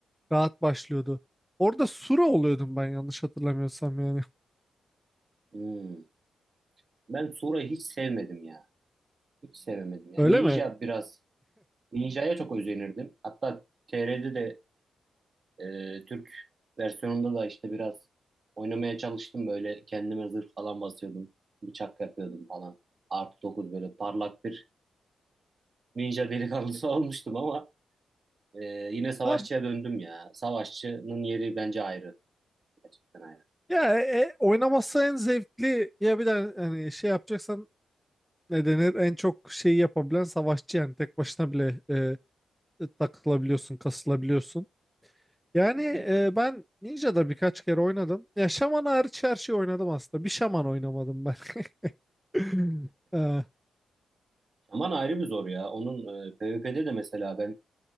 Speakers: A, in the centre; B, on the right.
A: rahat başlıyordu. Orada Sura oluyordum ben yanlış hatırlamıyorsam yani.
B: Hmm. Ben Sura'yı hiç sevmedim ya. Hiç sevemedim ya.
A: Öyle
B: Ninja
A: mi?
B: biraz. Ninja'ya çok özenirdim. Hatta TR'de de Ee, Türk versiyonunda da işte biraz oynamaya çalıştım böyle kendime zırh falan basıyordum. Bıçak yapıyordum falan. Artı 9 böyle parlak bir ninja delikanlısı <laughs> olmuştum ama e, yine savaşçıya
A: Abi,
B: döndüm ya. Savaşçının yeri bence ayrı. Gerçekten ayrı.
A: ya e, e, oynaması en zevkli ya bir de hani şey yapacaksan ne denir en çok şeyi yapabilen savaşçı yani tek başına bile e, takılabiliyorsun, kasılabiliyorsun. Yani
B: Hı hı.
A: e, ben Ninja'da birkaç kere oynadım. Ya şaman hariç her şeyi oynadım aslında. Bir şaman oynamadım ben. <laughs> Ha,
B: Şaman ayrı bir zor ya. Onun e, PvP'de de mesela ben